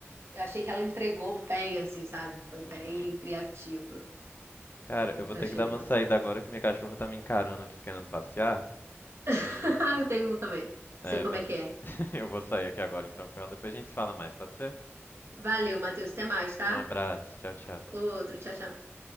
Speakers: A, on the right; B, on the left.
A: eu achei que ela entregou bem, assim, sabe? Foi
B: Uhum.
A: bem criativo.
B: Cara, eu
A: Isso
B: vou ter
A: eu achei
B: que dar
A: legal.
B: uma saída agora que minha cachorra tá me encarando aqui querendo passear.
A: <laughs>
B: E.
A: Eu tenho um também.
B: É,
A: Sei como
B: mas
A: é que é.
B: <laughs> eu vou sair aqui agora então com ela. Depois a gente se fala mais, pode ser?
A: Valeu, Matheus. Até mais, tá?
B: Um abraço. Tchau, tchau.
A: Outro. Tchau, tchau.